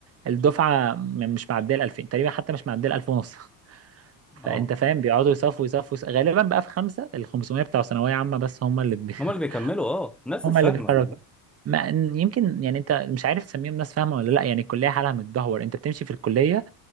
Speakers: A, on the right; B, in the centre.
A: الدفعه م- مش معديه ال 2000 تقريبا حتى مش معديه ال 1000 ونص <laughs>
B: اه
A: فانت فاهم بيقعدوا يصفوا يصفوا يص- غالبا بقى في خمسه ال 500 بتوع ثانويه عامه بس هم اللي بي...
B: هما اللي بيكملوا اه
A: <laughs>
B: الناس
A: هم
B: الفاهمة
A: اللي بيتحركوا ما يمكن يعني انت مش عارف تسميهم ناس فاهمه ولا لا يعني الكليه حالها متدهور انت بتمشي في الكليه